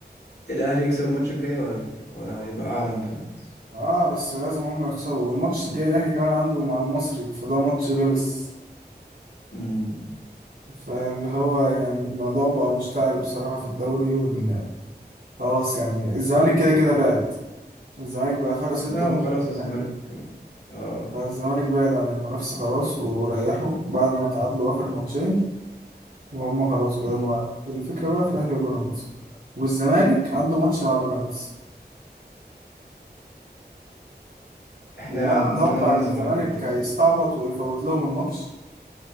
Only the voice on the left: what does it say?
الاهلي يكسب الماتش الجاي وهيطلع وهيبقى اعلى من بيراميدز
مم.
لا هو
خلاص
الزمالك
اه
مم.
احنا
نتمنى
ان الزمالك
هي اللي تكسب